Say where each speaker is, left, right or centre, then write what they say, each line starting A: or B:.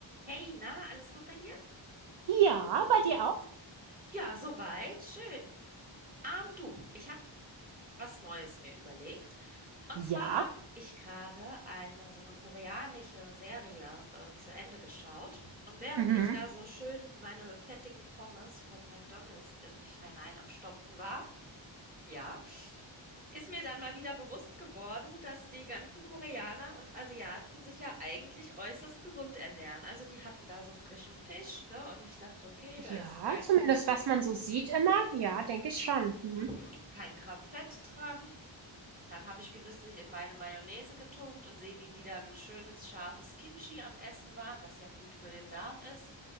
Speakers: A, on the right (about 20°); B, on the right (about 60°).
A: Hey, na, alles gut bei dir?
B: Ja, bei dir auch?
A: Ja, soweit, schön. Ähm, du, ich habe was Neues mir überlegt. Und
B: Ja.
A: zwar habe ich gerade eine so eine koreanische Serie äh, zu Ende geschaut. Und während
B: Mhm.
A: ich da so schön meine fettigen Pommes von McDonald's in mich hinein am Stopfen war, ja, ist mir dann mal wieder bewusst geworden, dass die ganzen Koreaner und Asiaten sich ja eigentlich äußerst gesund ernähren. Also die hatten da so frischen Fisch, ne? Und ich dachte, okay,
B: Ja,
A: da ist kein
B: zumindest was man so sieht immer. Ja, denke ich schon. Mhm.
A: Mhm. Kein Gramm Fett dran. Dann habe ich genüsslich in meine Mayonnaise getunkt und sehe, wie die dann ein schönes, scharfes Kimchi am Essen waren, was ja gut für den Darm ist.